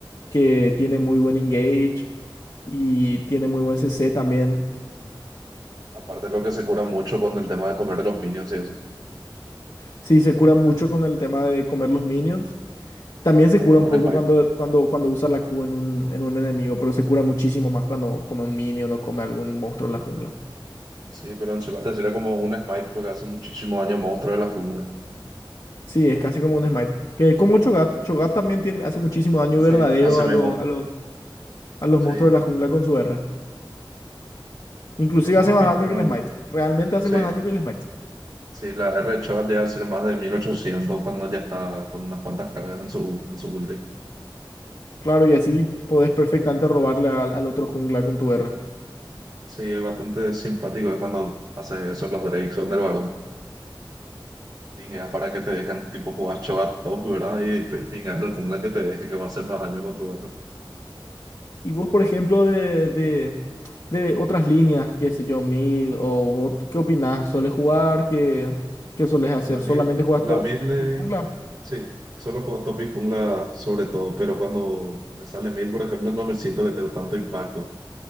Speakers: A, on the left; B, on the right.
A: que tiene muy buen engage y tiene muy buen CC también.
B: Aparte de lo que se cura mucho con el tema de comer de los minions y eso.
A: Sí, se cura mucho con el tema de comer los minions. También
B: Y
A: se
B: cuenta
A: cura
B: como
A: un
B: un
A: poco
B: smite.
A: cuando, cuando, cuando usa la Q en un, en un enemigo, pero se cura muchísimo más cuando come un minion o come algún monstruo en la jungla.
B: Sí, pero en Chiba te sería como un smite porque hace muchísimo daño monstruo de la jungla.
A: Sí, es casi como un smite. Que como Cho'Gath, Cho'Gath también tiene, hace muchísimo daño
B: Y Sí,
A: verdadero
B: hace
A: a
B: mismo.
A: los, a los, a los
B: Sí.
A: monstruos de la jungla con su R. Inclusive
B: ¿Vos
A: hace más
B: opin-
A: daño
B: ah,
A: que el smite. Realmente hace
B: sí,
A: más daño que el smite.
B: sí, la R de Chiba llega a ser más de 1800 cuando ya está con unas cuantas cargas en su, en su ulti.
A: Claro, y así podés perfectamente robarle al, al otro jungla con tu R.
B: Sí, es bastante simpático es cuando haces eso los Drakes son del varón. Pingueas para que te dejen, tipo, jugar Cho'Gath top, ¿verdad? Y te pingas el jungla que te deje que va a hacer más daño con tu R.
A: Y vos, por ejemplo, de, de, de otras líneas, qué sé yo, mid, o o ¿qué opinás? ¿Solés jugar? ¿Qué, qué solés hacer?
B: La
A: ¿Solamente
B: mid,
A: juegas
B: la
A: top
B: mid lane
A: y jungla?
B: Sí, solo juego top y jungla sobre todo, pero cuando me sale mid, por ejemplo, no me siento que tengo tanto impacto.